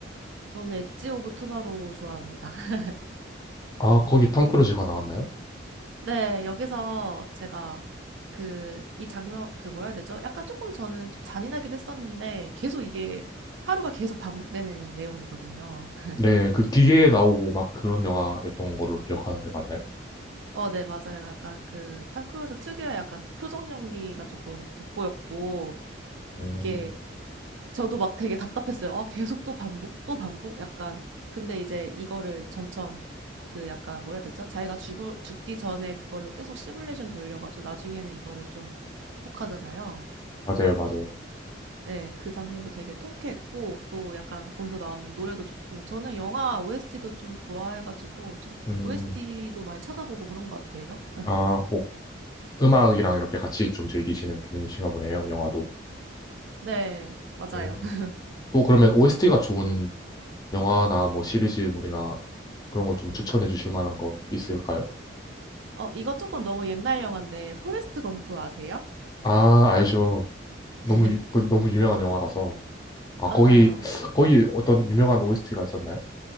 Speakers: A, on the right; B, on the left.
A: 저는 엣지 오브 투마로우 좋아합니다. <laughs>
B: 아, 거기 톰 크루즈가 나왔나요?
A: 네, 여기서 제가 그, 이 장면, 그 뭐라 해야 되죠? 약간 조금 저는 좀 잔인하기도 했었는데, 계속 이게 하루가 계속 반복되는 내용이거든요. <laughs>
B: 네, 그 기계에 나오고 막 그런 영화였던 걸로 기억하는데 맞나요?
A: 어, 네, 맞아요. 약간 그, 탐 크루즈 특유의 약간 그 표정 연기가 조금 돋보였고,
B: 음,
A: 이게 저도 막 되게 답답했어요. 아, 계속 또 반복, 또 반복? 약간. 근데 이제 이거를 점점 그 약간 뭐라 해야 되죠? 자기가 죽을, 죽기 전에 그걸로 계속 시뮬레이션 돌려가지고 나중에는 이거를 좀 극복하잖아요.
B: 맞아요, 맞아요.
A: 네, 그 장면도 되게 통쾌했고 또 약간 거기서 나오는 노래도 좋고 저는 영화 OST도 좀 좋아해가지고 좀
B: 음,
A: OST도 많이 찾아보고 그런 것 같아요. <laughs>
B: 아, 꼭 음악이랑 이렇게 같이 좀 즐기시는 편이신가 보네요, 영화도.
A: 네, 맞아요.
B: 음,
A: <laughs>
B: 또 그러면 OST가 좋은 영화나 뭐 시리즈물이나 그런 거 좀 추천해 주실 만한 거 있을까요?
A: 어, 이거 조금 너무 옛날 영화인데 포레스트 검프 아세요?
B: 아, 알죠. 너무,
A: <laughs>
B: 유- 그 너무 유명한 영화라서. 아,
A: 맞아요.
B: 거기, 거기 어떤 유명한 OST가 있었나요?